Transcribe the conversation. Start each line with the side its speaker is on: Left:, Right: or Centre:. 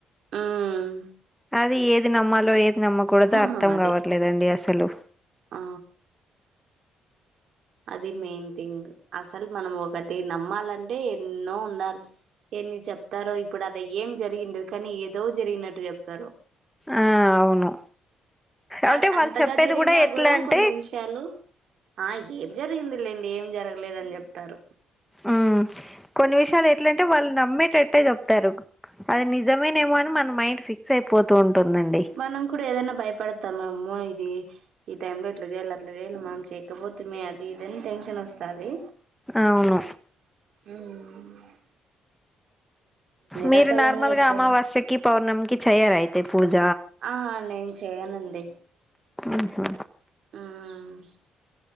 Right: మ్మ్
Centre: అది ఏది నమ్మాలో ఏది నమ్మకూడదో
Right: హహ
Centre: అర్థం
Right: అదే
Centre: కావా లేదండి అసలు
Right: ఆ అది మెయిన్ థింగ్ అసలు మనం ఒకటి నమ్మాలంటే ఎన్నో ఉండాలి ఎన్ని చెప్తారో ఇప్పుడు ఆడ ఏం జరిగుండదు కానీ ఏదో జరిగినట్టు చెప్తారు
Centre: ఆ అవును
Right: ఆడ
Centre: అంటే
Right: అంతగా
Centre: వాళ్ళు చెప్పేది
Right: జరిగినా
Centre: కూడా ఎట్లా
Right: గూడా
Centre: అంటే
Right: కొన్ని విష్ చాలు ఆ ఏం జరిగింది లేండి ఏం జరగలేదని చెప్తారు.
Centre: మ్ కొన్ని విషయాలు ఎట్లంటే వాళ్ళు నమ్మే టట్టే చెప్తారు అది నిజమేనేమో అని మన మైండ్ ఫిక్స్ అయిపోతూ ఉంటుందండి
Right: మనం కూడా ఏదైనా భయపడతాము అమ్మో ఇది ఈ టైమ్ లో ఇట్లా చేయాలి అట్లా చేయాలి మనం చేయకపోతెమే అది ఇదని టెన్షన్ వస్తది
Centre: అవును
Right: మ్
Centre: మీరు
Right: రకాలైన
Centre: నార్మల్గా
Right: చెప్తారు
Centre: అమావాస్యకి పౌర్ణమికి చేయరా అయితే పూజ
Right: ఆహా నేను చేయనండి
Centre: ఉహు.
Right: మ్